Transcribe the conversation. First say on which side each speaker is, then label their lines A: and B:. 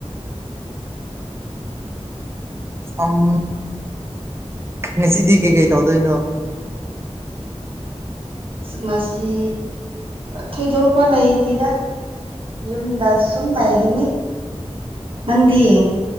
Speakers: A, on the right; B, on the right.
A: ꯎꯝ ꯉꯁꯤꯗꯤ ꯀꯩꯀꯩ ꯇꯧꯗꯣꯏꯅꯣ
B: ꯉꯁꯤ ꯊꯣꯏꯗꯣꯛꯄ ꯂꯩꯇꯦꯗ ꯌꯨꯝꯗ ꯁꯨꯝ ꯂꯩꯒꯅꯤ ꯅꯪꯗꯤ